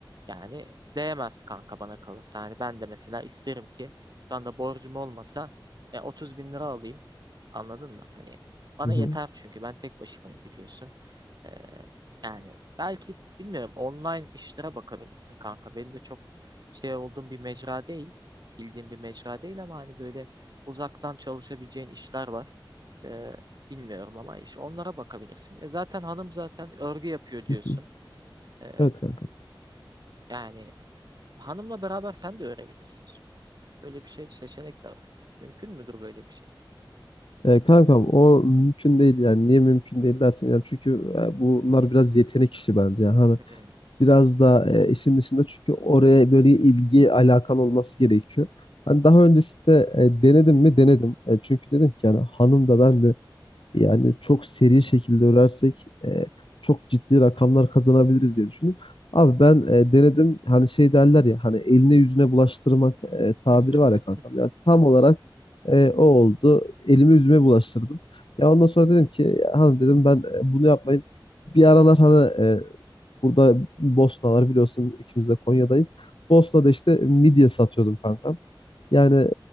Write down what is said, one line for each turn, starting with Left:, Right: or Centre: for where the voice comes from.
Right: Yani değmez kanka bana kalırsa. Yani ben de mesela isterim ki şu anda borcum olmasa e, 30 bin lira alayım. Anladın mı? Hani bana
Left: hı
Right: yeter
Left: hı,
Right: çünkü ben tek başımayım biliyorsun. Ee, yani belki bilmiyorum online işlere bakabilirsin kanka. Benim de çok şey olduğum bir mecra değil. Bildiğim bir mecra değil ama hani böyle uzaktan çalışabileceğin işler var. Ee, bilmiyorum ama iş onlara bakabilirsin. E zaten hanım zaten örgü yapıyor diyorsun.
Left: hı hı.
Right: Ee,
Left: Evet kanka.
Right: yani hanımla beraber sen de öğrenebilirsin işte. Böyle bir şey seçenek de var. Mümkün müdür böyle bir şey?
Left: E, kankam o mümkün değil yani niye mümkün değil dersen yani çünkü e, bunlar biraz yetenek işi bence yani hani
Right: Hmm.
Left: biraz da e, işin dışında çünkü oraya böyle ilgi alakan olması gerekiyor. Hani daha öncesinde e, denedim mi denedim E, çünkü dedim ki yani hanım da ben de Yani çok seri şekilde örersek e, çok ciddi rakamlar kazanabiliriz diye düşündüm. Abi ben e, denedim hani şey derler ya hani eline yüzüne bulaştırmak e, tabiri
Right: <laughs>
Left: var ya kankam. Yani tam olarak e, o oldu. Elimi yüzüme bulaştırdım. Ya ondan sonra dedim ki "Ya hanım dedim ben e, bunu yapmayayım. Bir aralar hani e, burada Bosna var biliyorsun ikimiz de Konya'dayız. Bosna'da işte midye satıyordum kankam. Yani e,